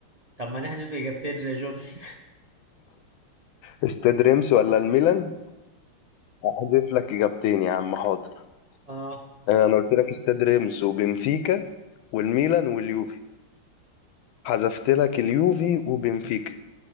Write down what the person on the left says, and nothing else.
استاد ريمس ولا الميلان احذف لك اجابتين يا عم حاضر
آه، انا قلت لك استاد ريمس وبنفيكا والميلان واليوفي حذفت لك اليوفي وبنفيكا